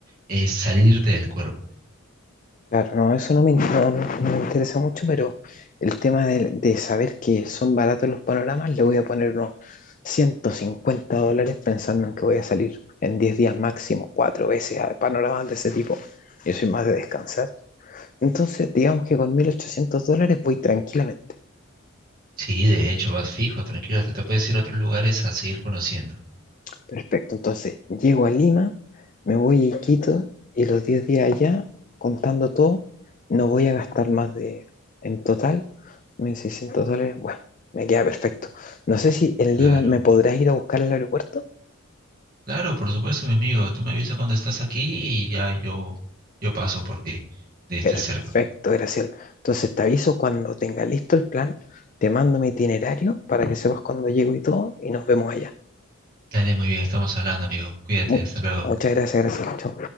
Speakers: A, on the right; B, on the left.
A: eh, salirte del cuerpo.
B: Claro, no, eso no me, in- no- no me interesa mucho, pero el tema de, de saber que son baratos los panoramas, le voy a poner unos 150 dólares pensando en que voy a salir en 10 días máximo, cuatro veces a panoramas de ese tipo. Yo soy más de descansar. Entonces, digamos que con 1.800 dólares voy tranquilamente.
A: Sí, de hecho, vas fijo, tranquilo, hasta te puedes ir a otros lugares a seguir conociendo.
B: Perfecto, entonces llego a Lima, me voy a Iquitos y los 10 días allá, contando todo, no voy a gastar más de, en total, 1.600 dólares. Bueno, me queda perfecto. No sé si en
A: Claro,
B: Lima me podrás ir a buscar al aeropuerto.
A: claro, por supuesto, mi amigo. Tú me avisas cuando estás aquí y ya yo, yo paso por ti, de este
B: Perfecto,
A: cerca.
B: Graciel Entonces te aviso cuando tenga listo el plan, te mando mi itinerario para que sepas cuándo llego y todo, y nos vemos allá.
A: Dale, muy bien, estamos hablando, amigo. Cuídate,
B: Mu-
A: hasta luego.
B: muchas gracias, Graciel Chao.